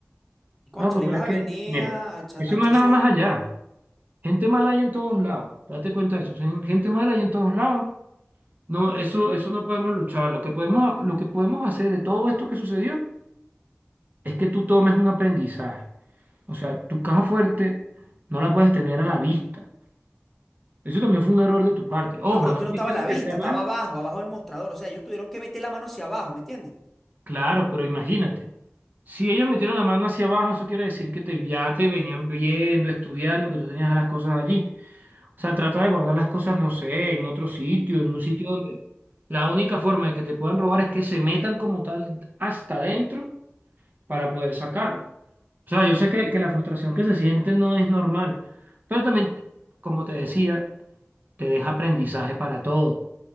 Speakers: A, in the centre; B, on the right.
A: concha,
B: Loco,
A: le
B: pero
A: ibas
B: es
A: a
B: que,
A: venir
B: mira,
A: a, a echa-
B: eso
A: a echarse.
B: no es nada más allá. Gente mala hay en todos lados. Date cuenta de eso. Gen- Gente mala hay en todos lados. No, eso, eso no podemos luchar. Lo que podemos, lo que podemos hacer de todo esto que sucedió es que tú tomes un aprendizaje. O sea, tu caja fuerte no la puedes tener a la vista. Eso también fue un error de tu parte. Ojo,
A: No, pero
B: no
A: es que
B: estoy
A: no estaba
B: diciendo
A: a la vista,
B: que sea mal.
A: estaba abajo, abajo del mostrador. O sea, ellos tuvieron que meter la mano hacia abajo, ¿me entiendes?
B: Claro, pero imagínate. Si ellos metieron la mano hacia abajo, eso quiere decir que te, ya te venían viendo, estudiando, que tú tenías las cosas allí. O sea, trata de guardar las cosas, no sé, en otro sitio, en un sitio donde la única forma de que te puedan robar es que se metan como tal hasta adentro para poder sacarlo. O sea, yo sé que, que la frustración que se siente no es normal, pero también, como te decía, te deja aprendizaje para todo.